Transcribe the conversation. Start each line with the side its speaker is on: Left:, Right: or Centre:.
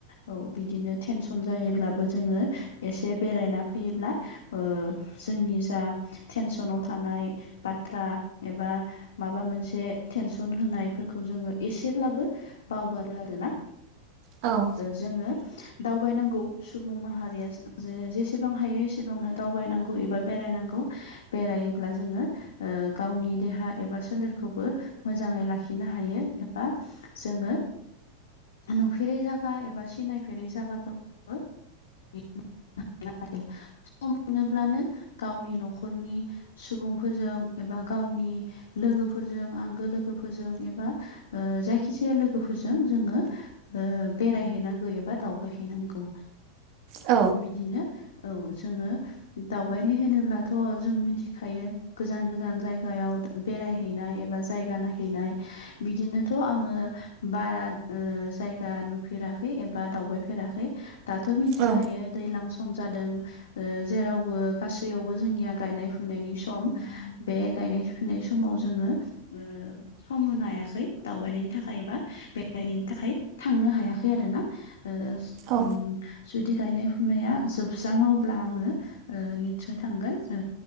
Left: औ बिदिनो टेनसन जायोब्लाबो जोंङो एसे बेरायना फैयोब्ला ओ जोंनि जा टेनसनाव थानाय बाथ्रा एबा माबा मोनसे टेनसन होनायफोरखौ जोंङो एसेब्लाबो बावगारो आरोना
Right: औ
Left: जोंङो दावबायनांगौ सुबुं माहारिया जेसेबां हायो एसेबांनो दावबायनांगौ एबा बेरायनांगौ बेरायोब्ला जोङो गावनि देहा एबा सोलेरखौबो मोजाङै लाखिनो हायो एबा जोंङो नुफेरै जायगा एबा सिनायफेरै जायगाफोरखौबो <unintelligible> आरो सम मोनोब्लानो गावनि न'खरनि सुबुंफोरजों एबा गावनि लोगोफोरजों आंगो लोगोफोरजों एबा ओ जायखिजाया लोगोफोरजों लोगोफोरजों जोङो ओ बेरायहैनांगौ एबा दावबाय हैैनांगौ
Right: औ
Left: बिदिनो औ जोङो दावबायनाय होनोब्लाथ' जों मिथिखायो गोजान गोजान जायगायाव बेरायहैनाय एबा जायगा नायहैनाय बिदिनोथ' आङो बारा जायगा नुफेराखै एबा दावबायफेराखै दाथ' मिथिखायो
Right: औ
Left: दैज्लां सम जादों जेरावबो गासैयावबो जोंनिया गायनाय फुनायनि सम बे गायनाय फुनाय समाव जोङो ओ सम होनो हायाखै दावबायनायनि थाखायबा बेरायनायनि थाखाय थांनो हायाखै आरो ना ओ
Right: औ
Left: ओम जुदि गायनाय फुनाया जोबस्राङो अब्ला आङो ओ निस्सय थांगोन ओ